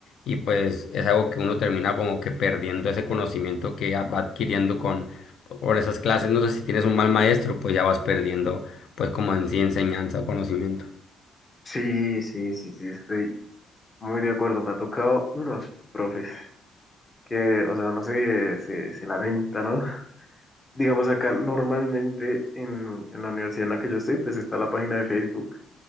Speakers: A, on the left (about 65°); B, on the left (about 25°).
A: Y pues es algo que uno termina como que perdiendo ese conocimiento que ya va adquiriendo con por esas clases. No sé si tienes un mal maestro, pues ya vas perdiendo pues como en sí enseñanza o conocimiento.
B: Sí, sí, sí, sí, estoy, Muy de acuerdo, me ha tocado unos profes que, o sea, no sé, se, se lamentan, ¿no? <laughs> Digamos acá normalmente en, en la universidad en la que yo estoy, pues está la página de Facebook